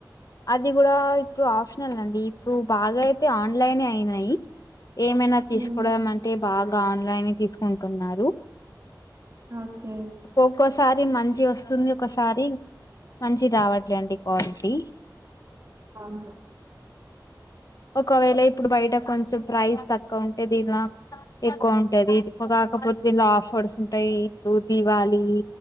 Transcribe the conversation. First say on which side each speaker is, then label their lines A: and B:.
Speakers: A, on the left; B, on the right.
A: అది గూడా ఇప్పుడు ఆప్షనల్ అండి ఇప్పుడు బాగైతే ఆన్లైనే అయినయి ఏమైనా తీస్కోడమంటే
B: ఉమ్
A: బాగా ఆన్లైన్ ఏ తీస్కుంటున్నారు
B: ఓకే
A: ఒక్కోసారి మంచిగొస్తుంది ఒకసారి మంచిది రావట్లే అండి క్వాలిటీ
B: అవును
A: ఒకవేళ ఇప్పుడు బైట కొంచెం ప్రైస్ తక్కువుంటే దీనాక్ ఎక్కువ వుంటది ఇది ఎక్కువ కాకపోతె దీన్లో ఆఫర్స్ ఉంటయి ఇప్పుడు దీవాళి